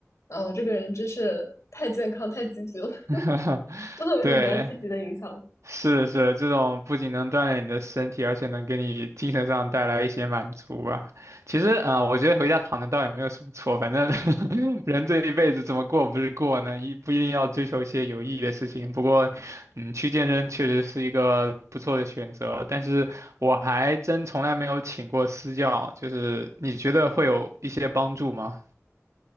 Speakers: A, on the left; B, on the right.
A: 啊，我这个人真是太健康、太积极了，
B: <laughs>
A: <laughs> 就会有一种比较积极的影响。
B: 对，是是，这种不仅能锻炼你的身体，而且能给你精神上带来一些满足吧。其实，啊，呃我觉得回家躺着倒也没有什么错，反正 <laughs> 人这一辈子怎么过不是过呢？一不一定要追求一些有意义的事情。不过，嗯，去健身确实是一个不错的选择。但是，我还真从来没有请过私教，就是你觉得会有一些帮助吗？